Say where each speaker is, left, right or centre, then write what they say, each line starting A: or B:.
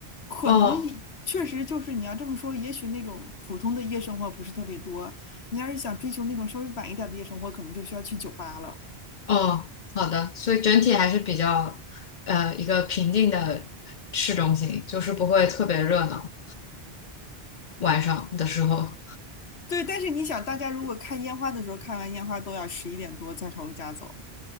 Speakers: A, on the left (about 85°); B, on the left (about 55°).
A: 可能也确实就是你要这么说，
B: 哦
A: 也许那种普通的夜生活不是特别多。你要是想追求那种稍微晚一点的夜生活，可能就需要去酒吧了。
B: 哦，好的，所以整体还是比较呃一个平静的市中心，就是不会特别热闹，晚上的时候。
A: 对，但是你想，大家如果看烟花的时候，看完烟花都要十一点多再朝回家走，